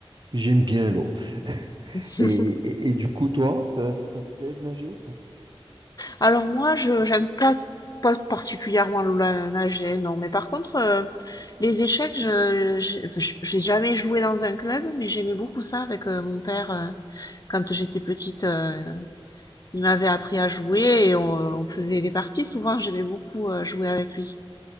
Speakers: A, on the right; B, on the left.
A: j'aime bien l'eau. <laughs>
B: <laughs>
A: Et, et, et du coup, toi, ça, ça te plaît de nager ou pas?
B: Alors moi, je j'aime pas pas particulièrement la nager, non. Mais par contre, euh, les échecs, je j'ai j'ai jamais joué dans un club, mais j'aimais beaucoup ça avec euh, mon père euh, quand j'étais petite. euh, il m'avait appris à jouer et on, on faisait des parties. Souvent, j'aimais beaucoup euh, jouer avec lui.